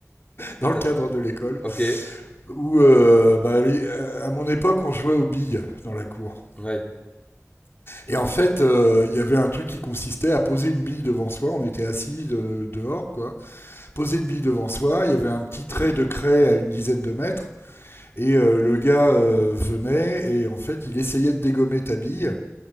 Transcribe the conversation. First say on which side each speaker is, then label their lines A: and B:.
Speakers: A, on the left (about 50°); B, on the left (about 25°).
A: dans
B: T'as
A: le cadre
B: pr-
A: de l'école,
B: Ok.
A: où euh, bah, les- euh, à mon époque on jouait aux billes dans la cour.
B: Ouais.
A: Et en fait, euh, il y avait un truc qui consistait à poser une bille devant soi, on était assis de- dehors, quoi. Poser une bille devant soi, il y avait un petit trait de craie à une dizaine de mètres. Et euh, le gars euh, venait et en fait, il essayait de dégommer ta bille.